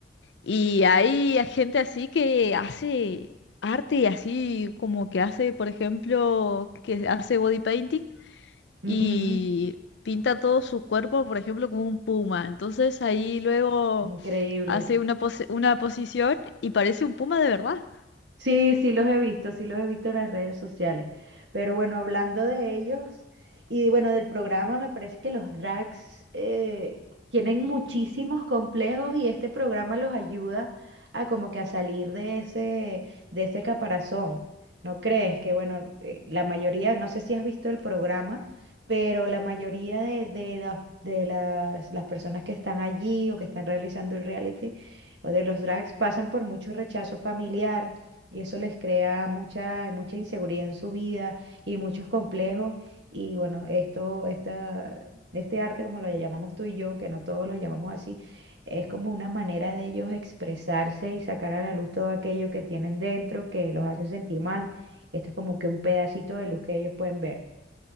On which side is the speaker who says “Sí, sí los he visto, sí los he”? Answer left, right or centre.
Right